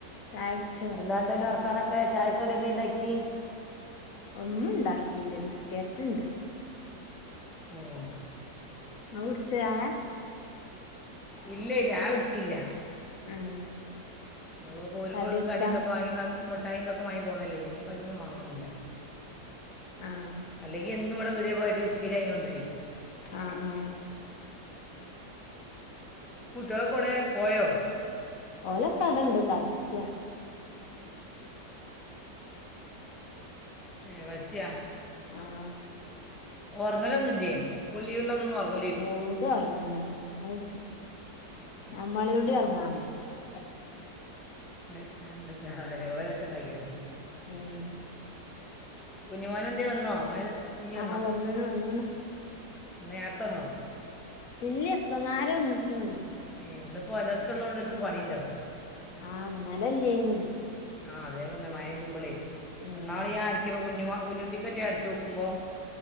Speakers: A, on the left; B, in the centre.
A: ചായ കുടിച്ചോ
B: എന്താണ്ടിന്നെ വർത്താനൊക്കെ ചായക്ക് ക്കടി എന്തെ ഇണ്ടാക്കി
A: ഒന്നും ഉണ്ടാക്കിയില്ല ബിസ്കറ്റ്ണ്ട്
B: ഏഹ്
A: ഇങ്ങള് കുടിച്ചോ ചായ
B: ഇല്ലേയ് ചായ കുടിച്ചീല്ല
A: ഉം
B: ഇനിപ്പൊ പോരുമ്പൊ
A: കടിയെത്താ
B: ഒരു കടീന്തൊക്കെ വാങ്ങി മുട്ടായി ഇദെക്കെ വാങ്ങി പോന്നില്ലേ ഇനീപ്പൊ കടീ ഒന്നും വാങ്ങണില്ല
A: ആഹ്
B: അല്ലെങ്കി എന്നും ഇവടെ പീടില് പോയിട്ട് ബിസ്കറ്റ് വാങ്ങി കൊണ്ട് വരും
A: ആഹ് ആഹ്
B: കുട്ട്യോളൊക്കോ എവിടെ പോയോ
A: ഓലൊക്ക അവിടെയുണ്ട് കളിച്ച
B: ഏഹ് കളിച്ച്യ
A: ആഹ്
B: ഒറങ്ങലൊന്നൂല്ല്യേ ഇസ്കൂള് ലീവ് ഉള്ളാ അന്നും ഒറങ്ങൂ
A: യൗ ഡ ഒറങ്ങണ് അഹ് നമ്മളൂടെ ഒറങ്ങാൻ സമ്മയ്ച്ചൂല്ല
B: ഏഹ് അങ്ങ്നത്തെ ഓര് ഒച്ചൊണ്ടാക്കി മതി
A: ഉം
B: കുഞ്ഞിമോനെ എന്തെ വന്നോ പണി കഴിഞ്ഞ്
A: ആ വന്ന്ണ് വന്ന്ണ്
B: നേരെത്തെ വന്നോ
A: ഉല്ല്യ ഇപ്പന്നാരെ വന്ന്ട്ട് ഒള്ളു
B: ഇന്ന് ഒപ്പോലർച്ച ഉള്ളോണ്ടോൽ ഒൽക്ക്‌ പണിണ്ടാവും
A: ആഹ് ഇന്നലെ ഇല്ലെയ്നി
B: ആഹ് അതേ പറഞ്ഞെ മയ പെജ്ജുമ്പളെയ്
A: ഉം
B: പ്പൊ ഇന്നാള് ഞാ ഞ് പൊ കുഞ്ഞുമൊ കുഞ്ഞുടിക്കെറ്റെ അട്ചോക്കുമ്പോ